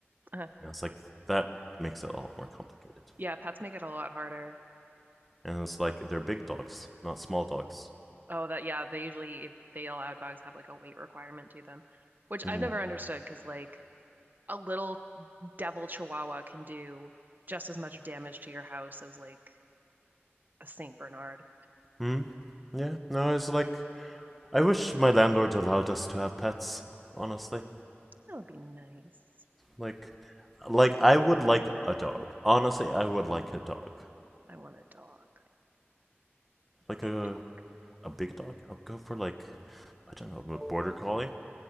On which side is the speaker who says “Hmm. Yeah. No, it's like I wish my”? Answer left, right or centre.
Centre